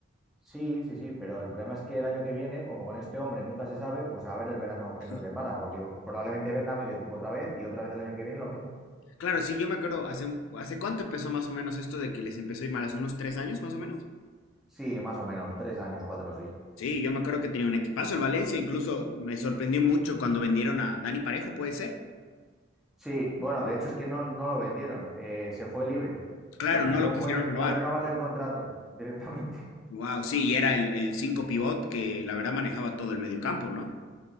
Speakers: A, in the centre; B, on the left.
A: sí, sí, sí, pero el problema es que el año que viene, como con este hombre nunca se sabe, pues a ver el verano que
B: <laughs>
A: nos depara, porque probablemente venda medio equipo otra vez y otra vez el año que viene lo mismo.
B: Claro, sí, yo me acuerdo, hace, un- ¿hace cuánto empezó más o menos esto de que les empezó a ir mal? ¿Hace unos tres años más o menos?
A: Sí, más o menos, tres años, cuatro, sí.
B: Sí, yo me acuerdo que tenía un equipazo el Valencia, incluso me sorprendió mucho cuando vendieron a Dani Parejo, puede ser.
A: Sí, bueno, de hecho es que no, no lo vendieron, eh, se fue libre.
B: Claro,
A: Lo que
B: no
A: hicieron
B: lo quisieron
A: fue
B: renovar.
A: no renovarle el contrato directamente.
B: Wow, sí, y era el, el cinco pivot que la verdad manejaba todo el medio campo, ¿no?